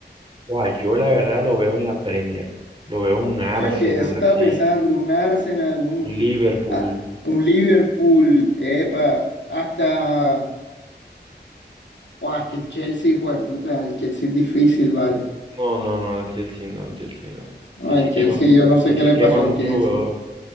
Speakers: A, on the right (about 30°); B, on the left (about 85°).
A: Guau, yo la verdad lo veo en la Premier, lo veo en un Arsenal
B: Sí, o que eso estaba
A: así,
B: pensando, un Arsenal, un,
A: un Liverpool.
B: a- un Liverpool, epa, hasta... Guau, es que el Chelsea, fue puta, el Chelsea es difícil, vale.
A: No, no, no, el Chelsea no, el Chelsea no.
B: No,
A: Chelsea
B: al Chelsea,
A: quema, mu-
B: yo no sé
A: Chelsea
B: qué le
A: quema
B: pasó
A: mucho
B: al Chelsea.
A: jugador.